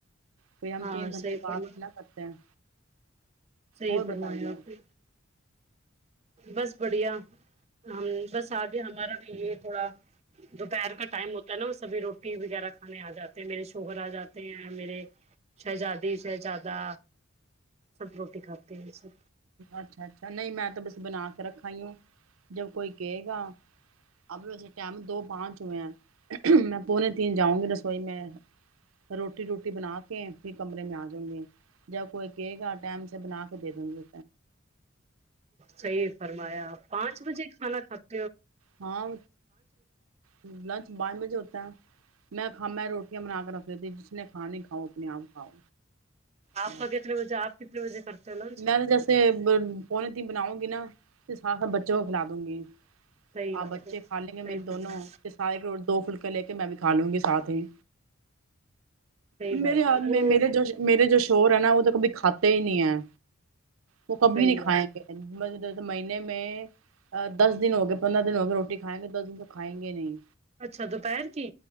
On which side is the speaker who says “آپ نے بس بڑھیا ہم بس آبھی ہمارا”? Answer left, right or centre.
Right